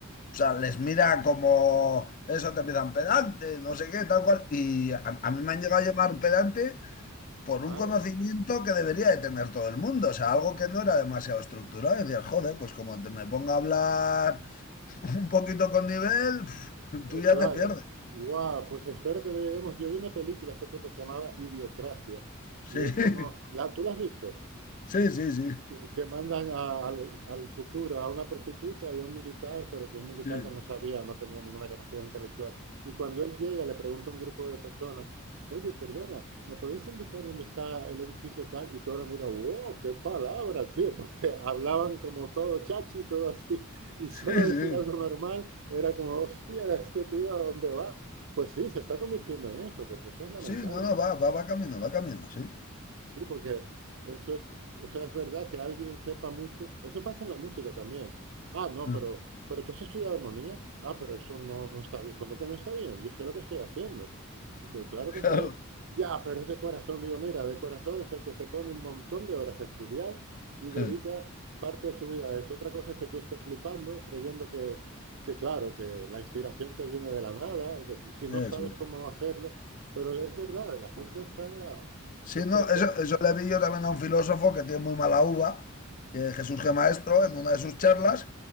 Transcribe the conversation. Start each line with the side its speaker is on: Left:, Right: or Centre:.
Left: o sea, les mira como eso te empiezan pedante, no sé qué, tal cual. Y a, a mí me han llegado a llamar pedante por
Right: <laughs> Madre.
Left: un conocimiento que debería de tener todo el mundo, o sea, algo que no era demasiado estructurado. Y decías, joder, pues como te me ponga a hablar un poquito con nivel, <laughs> tú
Right: Eh,
Left: ya
Right: Claro.
Left: te pierdes.
Right: Guau, pues espero que no lleguemos. Yo vi una película hace tiempo que se llamaba Idiocracia
Left: Sí,
Right: y
Left: <laughs>
Right: es como, ¿la, tú la has visto?
Left: sí, sí, sí,
Right: que, que mandan a- al, al futuro a una prostituta y a un militar, pero que un militar
Left: sí,
Right: que no sabía, no tenía ninguna capacidad intelectual. Y cuando él llega, le pregunta a un grupo de personas, oye, perdona, ¿me podéis indicar dónde está el edificio tal? Y todos lo miran, wow, qué palabra, tío, porque <laughs> hablaban como todo chachi, todo así, y solo
Left: sí,
Right: decir
Left: sí,
Right: algo normal era como, hostia, este tío, ¿a dónde va? Pues sí, se está convirtiendo en eso, porque eso es lamentable.
Left: sí, no, no, va, va, va camino, va camino, sí.
Right: Sí, porque eso es, o sea, es verdad que alguien sepa mucho. Eso pasa en la música también. Ah, no,
Left: <laughs>
Right: pero, pero tú has estudiado armonía. Ah, pero eso no, no está bien. ¿Cómo que no está bien? Yo sé lo que estoy haciendo. Que Claro que
Left: Claro,
Right: está bien. Ya, pero es de corazón. Digo, mira, de corazón es el que se pone un montón de horas a estudiar y dedica
Left: sí,
Right: parte de su vida a eso. Otra cosa es que tú estés flipando, creyendo que, que claro, que la inspiración te viene de la nada, que si
Left: eso.
Right: no sabes cómo hacerlo. Pero es verdad, la gente está
Left: Sí,
Right: despreciando.
Left: no, eso, eso le vi yo también a un filósofo que tiene muy mala uva, que Jesús G. Maestro, en una de sus charlas,